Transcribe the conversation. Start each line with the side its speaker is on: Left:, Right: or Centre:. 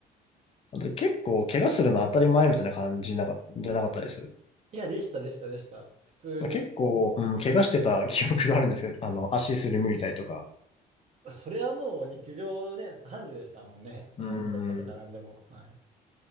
Left: あと結構、怪我するの当たり前みたいな感じなか、じゃなかったです。
Right: いや、でした、でした、でした。普通に。
Left: まあ、結構、うん、怪我してた記憶があるんですけど、<laughs> あの、足すりむいたりとか。
Right: それはもう日常ね、3時でしたもんね。その鬼ごっことかなんでも。
Left: うーん。
Right: はい。